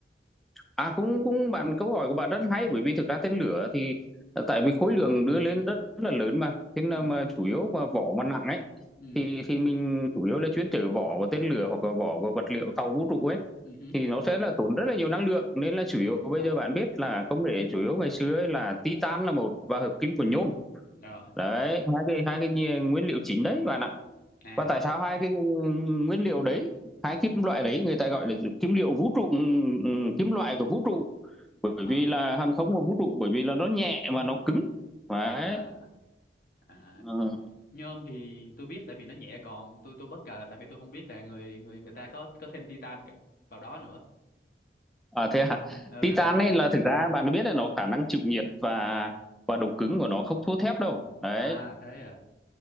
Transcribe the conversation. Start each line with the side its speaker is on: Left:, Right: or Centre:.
Centre: À cũng cũng bạn câu hỏi của bạn rất hay bởi vì thực ra tên lửa thì ờ, tại vì khối lượng đưa lên rất, rất là lớn mà thế nên
Left: ừ
Centre: mà chủ yếu mà vỏ mà nặng ấy
Left: ừ
Centre: thì thì mình chủ yếu là chuyên chở vỏ và tên lửa hoặc là vỏ và vật liệu tàu vũ trụ ấy
Left: ừ hứ.
Centre: thì nó sẽ là tốn rất là nhiều năng lượng nên là chủ yếu bây
Left: ờ
Centre: giờ bạn biết là công nghệ chủ yếu ngày xưa ấy là titan là một và hợp kim của nhôm
Left: rồi
Centre: đấy hai cái hai cái nhi- nguyên liệu chính đấy bạn ạ
Left: à
Centre: và tại sao hai cái nguyên liệu đấy hai kim loại đấy người ta gọi là kim liệu vũ trụ ừ, ừ, kim loại của vũ trụ bởi
Left: à
Centre: vì là hàng không và vũ trụ bởi vì là nó nhẹ mà nó cứng đấy
Left: à, à.
Centre: ừ.
Left: Nhôm thì tôi biết tại vì nó nhẹ còn tôi tôi bất ngờ là tại vì tôi không biết là người người người ta có có thêm titan cả- vào đó nữa.
Centre: à thế à
Left: Ừ.
Centre: Titan
Left: <laughs>
Centre: ấy là thực ra bạn có biết là nó khả năng chịu nhiệt và và độ cứng của nó không thua thép đâu đấy
Left: À thế à.